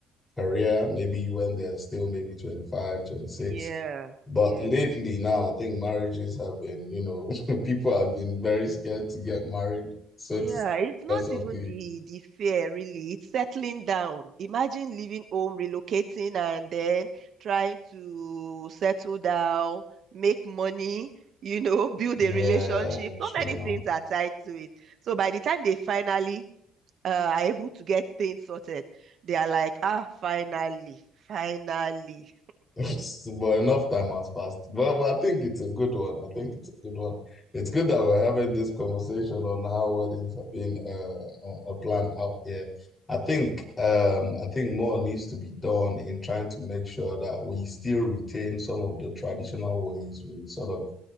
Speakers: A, on the left; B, on the right.
A: career, maybe when they're still maybe 25, twenty six.
B: Yeah,
A: But
B: yeah,
A: lately now, I think marriages have been, you know, <laughs> people have been very scared to get married, so
B: yeah.
A: to speak,
B: It's not
A: because of
B: even
A: the
B: the the fear really. It's settling down. Imagine leaving home, relocating, and then trying to settle down, make money, you know, build
A: yeah,
B: a relationship.
A: true.
B: So many things are tied to it. So by the time they finally uh, are able to get things sorted, they are like, ah, finally, finally.
A: <laughs> But enough time has passed. Well, but I think it's a good one. I think it's a good one. It's good that we're having this conversation on how weddings are being uh, uh, uh, planned out here. I think um I think more needs to be done in trying to make sure that we still retain some of the traditional ways we sort of